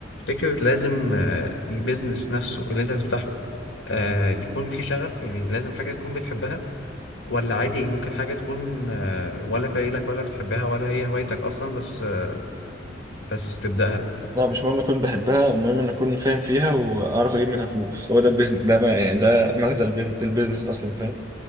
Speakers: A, on the left (about 75°); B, on the right (about 20°).
A: تفتكر لازم آه، البيزنس نفسه اللي انت تفتحه آه،
B: مم.
A: يكون فيه شغف يعني لازم حاجة تكون بتحبها ولا عادي ممكن حاجة تكون آه، ولا فايلك ولا بتحبها ولا هي هوايتك أصلا بس آه، بس تبدأها
B: لا مش مهم اكون بحبها المهم ان اكون فاهم فيها واعرف اجيب منها فلوس هو ده البيزنس ده ما يعني ده مغزى البيز- البيزنس اصلا فاهم